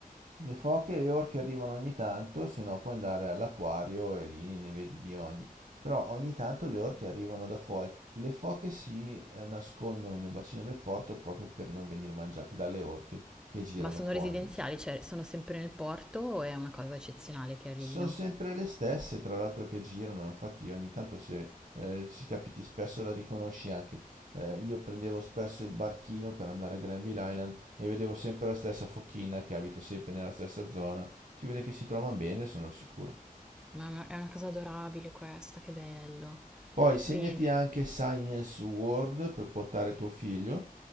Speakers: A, on the right; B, in the centre.
A: Le foche e le orche arrivano ogni tanto, se no puoi andare all'acquario e lì ne vedi di ogni. Però ogni tanto le orche arrivano da fuori. Le foche si eh, nascondono nel bacino del porto proprio per non venire mangiate dalle orche che girano
B: Ma sono
A: fuori
B: residenziali,
A: invece.
B: cioè sono sempre nel porto o è una cosa eccezionale che arrivino?
A: Sono sempre le stesse, tra l'altro, che girano, infatti ogni tanto se eh, ci capiti spesso la riconosci anche. Eh, io prendevo spesso il barchino per andare a Granville Island e vedevo sempre la stessa fochina che abita sempre nella stessa zona. Si vede che si trovano bene, sono sicuro.
B: Ma è una è una cosa adorabile questa, che bello.
A: Poi segnati
B: Bene,
A: anche Science World per portare tuo figlio.